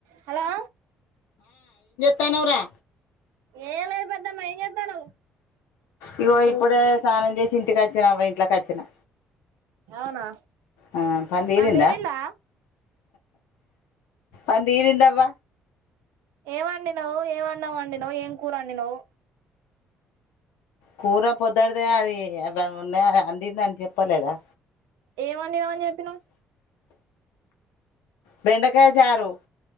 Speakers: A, on the right; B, on the left.
A: Hello
B: కనరా
A: ఏ లేదు పెద్దమ్మ ఇం చేద్దానువు
B: ఇగో ఇప్పుడే స్నానం చేసి ఇంటికి వచ్చిన అవ ఇంట్లోకి వచ్చినా.
A: అవునా
B: ఆ పంద
A: పని
B: ఇరిందా
A: తీరిందా
B: అందీరిందవ్వ
A: ఏమండి నువ్వు ఏమన్నావండి నువ్వు ఏం కూరవండినవ్.
B: కూర పొదిటిదే అది అ మున్న అందుందని చెప్పలేదా.
A: ఏం వండినవు అని చెప్పినవు
B: బెండకాయ చారు